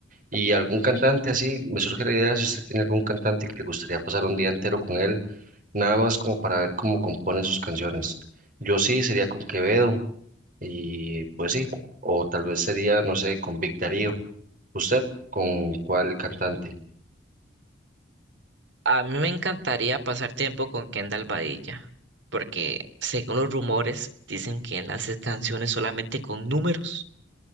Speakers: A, on the right; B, on the right.
A: Y algún cantante así, me surge la idea, si usted tiene algún cantante que le gustaría pasar un día entero con él, nada más como para ver cómo compone sus canciones. Yo sí sería con Quevedo y pues sí, o tal vez sería, no sé, con Big Darío. ¿Usted con cuál cantante?
B: A mí me encantaría pasar tiempo con Kendall Badilla, porque según los rumores dicen que él hace canciones solamente con números.